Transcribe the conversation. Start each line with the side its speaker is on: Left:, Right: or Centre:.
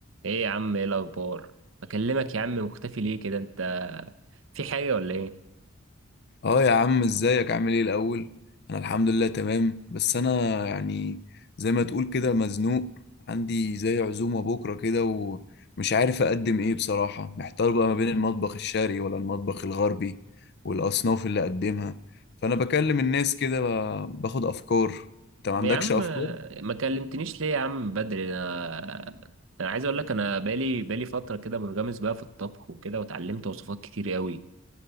Right: ايه يا عم ايه الاخبار اكلمك يا عم مختفي ليه كده انت في حاجه ولا ايه
Left: اه يا عم ازيك عامل ايه الاول انا الحمد لله تمام بس انا يعني زي ما تقول كده مزنوق عندي زي عزومة بكرة كده ومش عارف اقدم ايه بصراحة محتار بقى ما بين المطبخ الشرقي ولا المطبخ الغربي والاصناف اللي اقدمها فانا بكلم الناس كده ب- باخد افكار انت ما
Right: طب
Left: عندكش
Right: يا عم
Left: افكار
Right: ما كلمتنيش ليه يا عم بدري انا انا عايز اقول لك انا بقالي بقالي فتره كده منغمس بقى في الطبخ وكده وتعلمت وصفات كتير قوي